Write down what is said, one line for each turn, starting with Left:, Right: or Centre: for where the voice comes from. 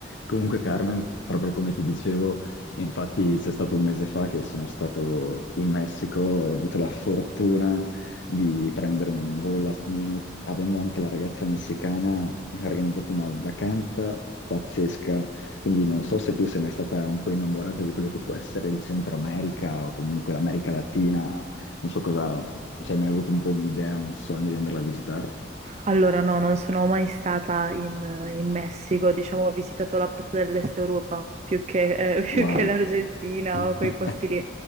Left: Comunque Carmen, proprio come ti dicevo, infatti c'è stato un mese fa che sono stato in Messico, ho avuto la fortuna di prendere un volo last minute, avendo anche la ragazza messicana, mi ha organizzato una vacanza pazzesca, quindi non so se tu sei mai stata un po' innamorata di quello che può essere il Centro America o comunque l'America Latina, non so cosa, ci hai mai avuto un po' un'idea, un sogno di andarla a visitare?
Right: Allora, no, non sono mai stata in, in Messico, diciamo, ho visitato la parte dell'Est Europa più che, eh, <laughs> più
Left: Wow.
Right: che l'Argentina o quei
Left: <laughs>
Right: posti lì.